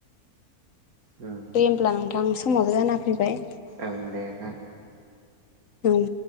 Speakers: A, on the right; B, on the left.
A: ओम।
B: दे होमब्ला नोंथां समाबो जाना फैबाय।
A: ओं दे नोंथां।
B: ओं।